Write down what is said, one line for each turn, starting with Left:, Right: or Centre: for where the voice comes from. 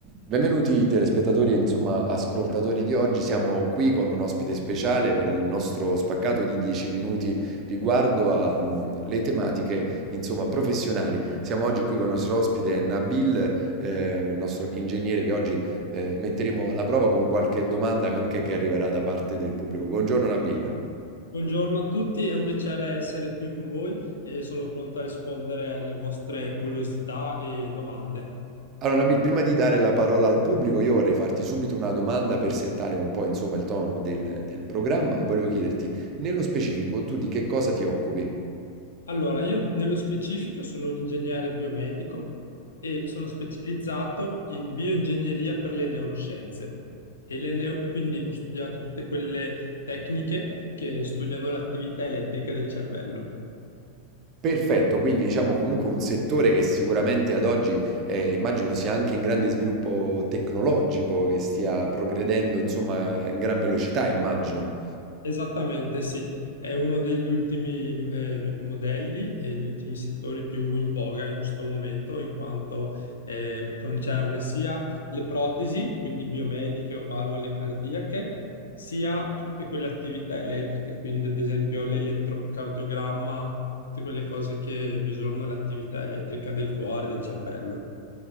Right: Benvenuti telespettatori e insomma ascoltatori di oggi, siamo qui con un ospite speciale per il nostro spaccato di 10 minuti riguardo alle tematiche insomma professionali. Siamo oggi qui con il nostro ospite Nabil, eh, il nostro ingegnere che oggi eh, metteremo alla prova con qualche domanda anche che arriverà da parte del pubblico. Buongiorno Nabil.
Left: Buongiorno a tutti, è un piacere essere qui con voi e sono pronto a rispondere alle vostre curiosità e domande.
Right: Allora, Nabil, prima di dare la parola al pubblico, io vorrei farti subito una domanda per settare un po', insomma, il tono del, del programma e volevo chiederti, nello specifico, tu di che cosa ti occupi?
Left: Allora, io nello specifico sono un ingegnere biomedico e sono specializzato in bioingegneria per le neuroscienze. E le neu- quindi ho studiato tutte quelle tecniche che studiano l'attività elettrica del cervello.
Right: Perfetto, quindi diciamo comunque un settore che sicuramente ad oggi eh, immagino sia anche in grande sviluppo tecnologico, che stia progredendo, insomma, in gran velocità, immagino.
Left: Esattamente, sì. È uno degli ultimi mh, eh, modelli e gli ultimi settori più in voga in questo momento, in quanto eh, concerne sia le protesi, quindi biomediche o valvole cardiache, sia tutte quelle attività elettriche, quindi ad esempio l'elettrocardiogramma, tutte quelle cose che misurano l'attività elettrica del cuore e del cervello.